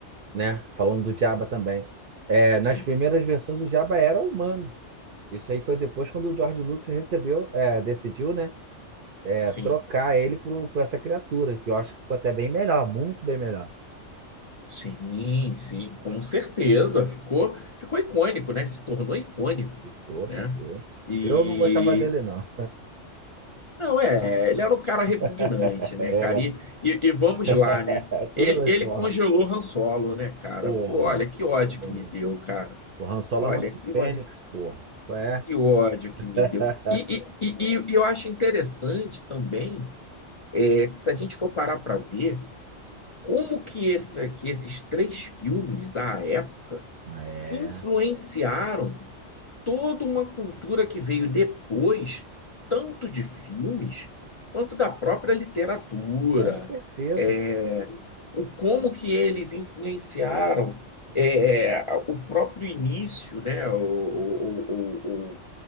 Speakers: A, on the right; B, on the left.
A: né? Falando do Diaba também. É, nas
B: Sim,
A: primeiras versões, o Diaba era humano. Isso aí foi depois quando o George Lucas recebeu, é, decidiu, né? é,
B: sim,
A: trocar ele por, por essa criatura, que eu acho que ficou até bem melhor, muito bem melhor.
B: sim, sim, com certeza. Ficou, ficou icônico, né? Se tornou icônico,
A: Ficou,
B: né?
A: ficou.
B: E,
A: Eu não gostava dele, não.
B: Não, é, ele era um cara repugnante,
A: <laughs>
B: né, cara? E, e, e vamos
A: <laughs>
B: lá, né?
A: Toda
B: Ele,
A: noite
B: ele
A: pela
B: congelou
A: Rádio.
B: Han Solo, né, cara?
A: Porra,
B: Pô, olha que ódio
A: o,
B: que me deu, cara.
A: o Han Solo
B: Olha
A: é nosso
B: que
A: Fênix,
B: ódio,
A: porra. É.
B: que ódio que
A: <laughs>
B: me deu. E, e, e, e eu acho interessante também, é, que se a gente for parar para ver, como que, esse, que esses três filmes, à época,
A: É,
B: influenciaram toda uma cultura que veio depois, tanto de filmes quanto da própria literatura,
A: com certeza.
B: é, o como que eles influenciaram é, o próprio início, né, o, o- o- o-